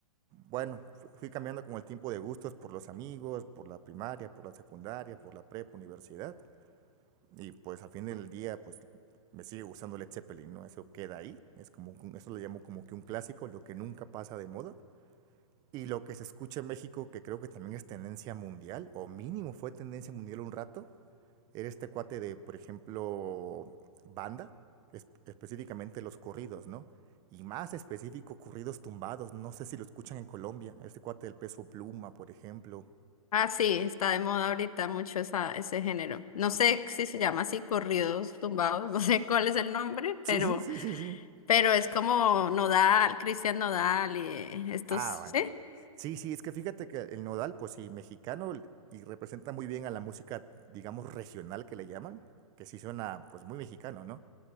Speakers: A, on the right; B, on the left.
A: Bueno, fui cambiando con el tiempo de gustos por los amigos, por la primaria, por la secundaria, por la prepa, universidad. Y pues al fin del día, pues me sigue gustando Led Zeppelin, ¿no? Eso queda ahí. Es como un- eso lo llamo como que un clásico, lo que nunca pasa de moda. Y lo que se escucha en México, que creo que también es tendencia mundial, o mínimo fue tendencia mundial un rato, era este cuate de, por ejemplo, banda, es- específicamente los corridos, ¿no? Y más específico, corridos tumbados. No sé si lo escuchan en Colombia, este cuate del peso pluma, por ejemplo.
B: Ah, sí, está de moda ahorita mucho esa, ese género. No sé si se llama así, corridos tumbados, <laughs> no sé cuál es el nombre,
A: Sí,
B: pero,
A: <laughs> sí, sí, sí.
B: pero es como Nodal, Cristian Nodal y eh, estos,
A: Ah,
B: ¿sí?
A: bueno. Sí, sí, es que fíjate que el Nodal, pues sí, mexicano y representa muy bien a la música, digamos, regional que le llaman, que sí suena pues muy mexicano, ¿no?